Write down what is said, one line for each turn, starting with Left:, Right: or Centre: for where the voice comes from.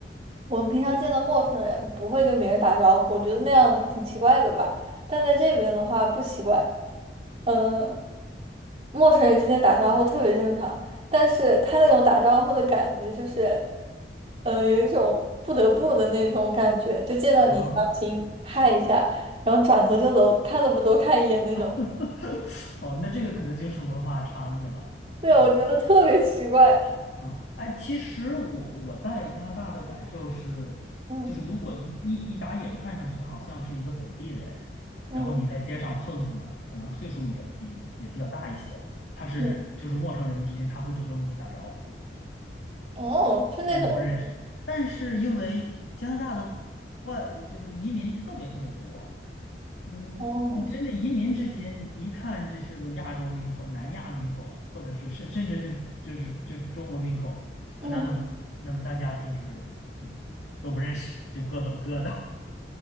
Right: 我们平常见到陌生人不会跟别人打招呼，我觉得那样挺奇怪的吧。但在这边的话不奇怪，嗯，陌生人之间打招呼特别正常。但是他那种打招呼的感觉就是，嗯，有一种不得不的那种感觉，就见到你强行嗨一下，
Left: 啊
Right: 然后转头就走，看都不多看一眼那种。
Left: <laughs> 哦，那这个可能就是文化差异了，
Right: 对，
Left: 哦
Right: 我觉得特别奇怪。
Left: 啊，哎，其实我我在加拿大的感受是，
Right: 嗯
Left: 就是如果一一一打眼看上去他好像是一个本地人，
Right: 嗯
Left: 然后你在街上碰见了，可能岁数也也也比较大一些，他是就是陌生人之间他会主动跟你打招呼
Right: 嗯，哦，是那种，
Left: 啊，也不认识。但是因为加拿大的外就是移民特别特别多，嗯，
Right: 哦
Left: 你真的移民之间，你一看这是个亚洲面孔、南亚面孔，或者是甚甚至就就是就是中国面孔，
Right: 嗯。
Left: 啊那么那么大家就是嗯都不认识，就各走各的。<laughs>